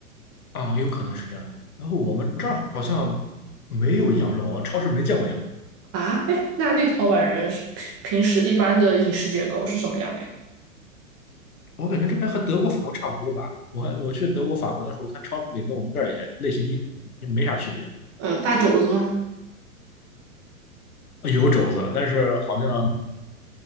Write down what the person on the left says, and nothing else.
啊，有可能是这样的。然后我们这儿好像没有羊肉，我超市没见过羊肉。
我感觉这边和德国、法国差不多吧。我我去德国、法国的时候，我看超市里跟我们这儿也类型一也没啥区别，
呃有肘子，但是好像